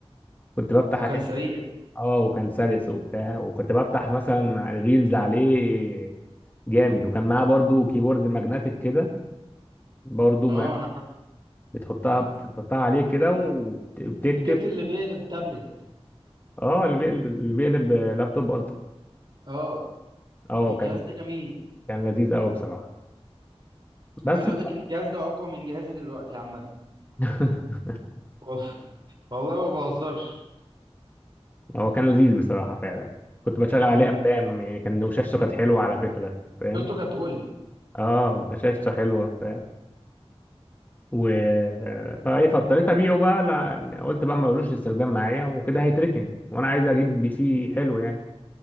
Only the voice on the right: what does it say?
وكان
سريع
اه
انا عارف
انت جبت اللي بيقلب تابلت
اه
هي الجهاز
ده جميل
عايز اقول لك ان الجهاز ده اقوى من جهازي دلوقتي عامه
اوف والله ما بهزرش
امم
شفته كانت اولد